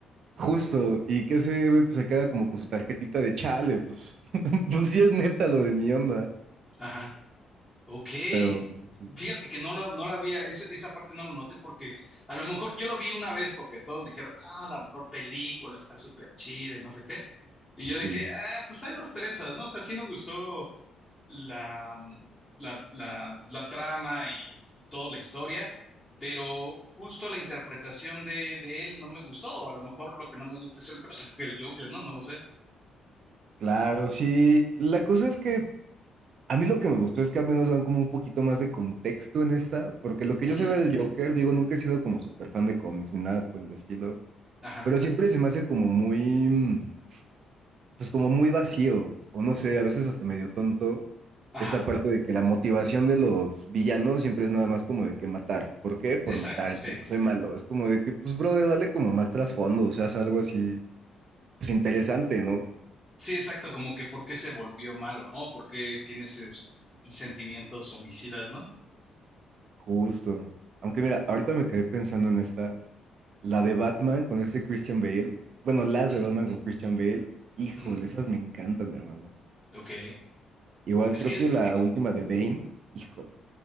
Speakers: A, on the right; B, on the left.
A: Justo, y que ese güey pues se queda como con su tarjetita de chale, pues, <laughs> pues sí es neta lo de mi onda,
B: Ajá. Ok.
A: pero sí,
B: Fíjate que no lo, no la había, eso- esa parte no lo noté porque a lo mejor yo lo vi una vez porque todos dijeron, ah, la mejor película está súper chida y no sé qué. Y
A: sí,
B: yo dije, ah, pues hay dos trenzas, ¿no? O sea, sí me gustó la, mm, la, la- la trama y, y toda la historia, pero justo la interpretación de, de él no me gustó, o a lo mejor lo que no me gusta es el personaje del Joker, ¿no? No lo sé.
A: claro, sí, la cosa es que a mí lo que me gustó es que al menos dan como un poquito más de contexto en esta, porque lo que
B: Ujú,
A: yo sabía del Joker, digo, nunca he sido como súper fan de cómics ni nada por el estilo,
B: Ajá,
A: pero siempre se me hace como muy, mm, pues como muy vacío, o no sé, a veces hasta medio tonto,
B: ajá,
A: esta parte de que la motivación de los villanos siempre es nada más como de que matar. ¿Por qué? Por
B: exacto,
A: matar
B: sí.
A: y porque soy malo. Es como de que, pues, brother, dale como más trasfondo, o sea, haz algo así, pues interesante, ¿no?
B: Sí, exacto, como que por qué se volvió malo, ¿no? ¿Por qué tiene esos sentimientos homicidas, ¿no?
A: Justo. Aunque mira, ahorita me quedé pensando en estas. La de Batman con ese Christian Bale. Bueno, las
B: Ujú,
A: de Batman con Christian Bale. Híjole,
B: ujú,
A: esas me encantan, hermano.
B: Ok.
A: Igual
B: Es
A: creo
B: que,
A: que la última de Bane, híjole,